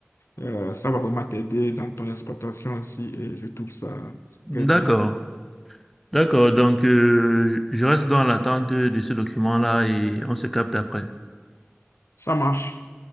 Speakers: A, on the left; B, in the centre.
A: Euh, ça va vraiment t'aider dans ton exploitation aussi et je trouve ça
B: D'accord,
A: très bien.
B: d'accord, donc euh, je reste dans l'attente de ce document-là et on se capte après.
A: Ça marche.